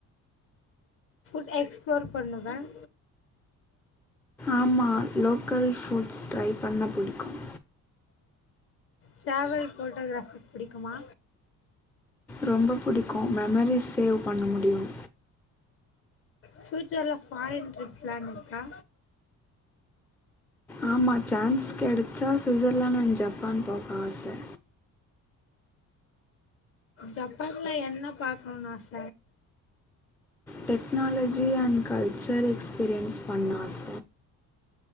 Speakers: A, on the left; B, in the centre.
A: ட் எக்ஸ்ப்ளோர் பண்ணுவே <inaudible>
B: ஆமா லோக்கல் ஃபுட்ஸ் ட்ரை பண்ண பிடிக்கும்
A: டிராவல் போட்டோகிராபிக் புடிக்குமா
B: ரொம்ப புடிக்கும் மெமரிஸ் தேவ பண்ண முடியும்
A: ப்யூச்சர்ல ஃபாரின் ட்ரிப் பிளான் இருக்கா
B: ஆமா சான்ஸ் கெடைச்சா சுவிட்சர்லாந்து் அண்ட் ஜப்பான் போக ஆசை
A: ஜப்பான்ல என்ன பார்க்கணும்னு ஆச
B: டெக்னாலஜி அண்ட் கல்ச்சர் எக்ஸ்பீரியன்ஸ் பண்ண ஆச